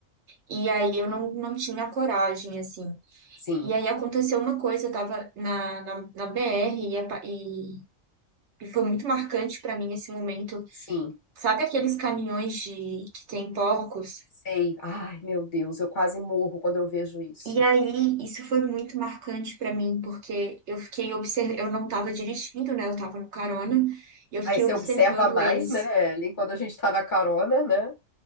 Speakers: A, on the right; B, on the left.
A: e aí eu não, não tinha coragem, assim.
B: Sim,
A: E aí aconteceu uma coisa, eu tava na, na, na BR e, a pa- e, e foi muito marcante pra mim esse momento.
B: sim,
A: Sabe aqueles caminhões de, que tem porcos?
B: sei. Ai, meu Deus, eu quase morro quando eu vejo isso.
A: E aí, isso foi muito marcante pra mim, porque eu fiquei observando, eu não tava dirigindo, né? Eu tava no carona, e eu fiquei
B: Aí você
A: observando
B: observa mais,
A: eles.
B: né, Ellen, quando a gente tá na carona, né?